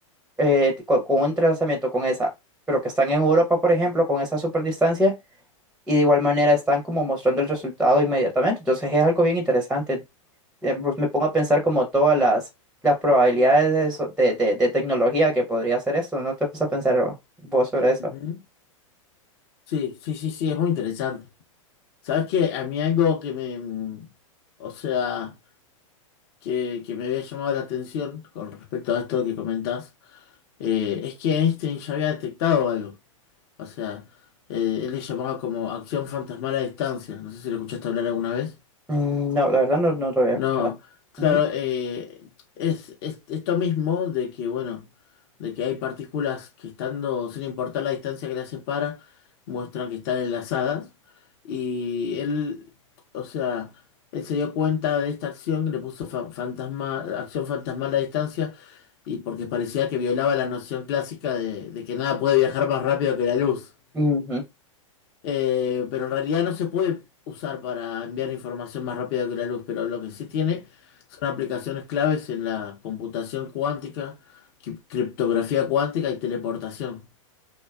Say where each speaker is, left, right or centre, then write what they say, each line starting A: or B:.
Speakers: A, in the centre; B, on the left (about 50°).
A: eh, co- con, un trazamiento con esa, pero que están en Europa, por ejemplo, con esa superdistancia, y de igual manera están como mostrando el resultado inmediatamente. Entonces, es algo bien interesante eh, pues me pongo a pensar como todas las, las probabilidades de, eso- de, de, de tecnología que podría hacer esto. ¿No te puse a pensar vos sobre eso?
B: Ujú. Sí, sí, sí, sí, es muy interesante. ¿Sabes qué? A mí algo que me, mm, o sea, que, que me había llamado la atención con respecto a esto que comentás, eh, es que Einstein ya había detectado algo. O sea, eh, él le llamaba como acción fantasmal a distancia. No sé si lo escuchaste hablar alguna vez.
A: Mm, No, la verdad no, no lo había
B: No,
A: escuchado.
B: claro,
A: Ujú.
B: eh, es, es esto mismo de que, bueno, de que hay partículas que estando, sin importar la distancia que las separa, muestran que están enlazadas. Y él, o sea, él se dio cuenta de esta acción, le puso fa- fantasma, acción fantasmal a la distancia, y porque parecía que violaba la noción clásica de, de que nada puede viajar más rápido que la luz.
A: Ujú.
B: Eh, pero en realidad no se puede usar para enviar información más rápida que la luz, pero lo que sí tiene son aplicaciones claves en la computación cuántica, cri- criptografía cuántica y teleportación.